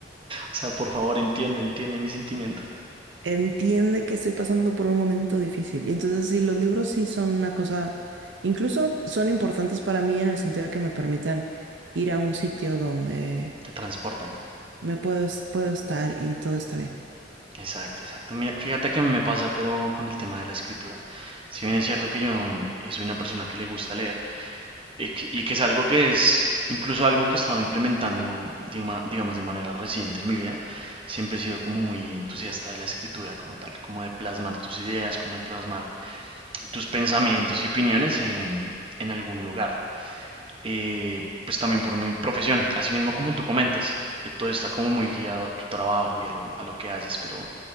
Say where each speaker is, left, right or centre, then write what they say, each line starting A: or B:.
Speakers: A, on the right (about 30°); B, on the right (about 70°).
A: O sea, por favor, entiende, entiende mi sentimiento.
B: Entiende que estoy pasando por un momento difícil. Y entonces, sí, los libros sí son una cosa, incluso son importantes para mí en el sentido de que me permitan ir a un sitio donde
A: Te transportan.
B: me puedo, es- puedo estar y todo está bien.
A: Exacto, exacto. Mira, fíjate que me pasa, pero con el tema de la escritura. Si bien es cierto que yo no, eh, soy una persona que le gusta leer y que, y que es algo que es incluso algo que he estado implementando, digama- digamos, de manera reciente en mi vida, siempre he sido como muy entusiasta de la escritura como tal, como de plasmar tus ideas, como de plasmar tus pensamientos y opiniones en, en algún lugar. eh, pues también por mi profesión, así mismo como tú comentas, eh, todo está como muy guiado a tu trabajo y a lo, a lo que haces, pero,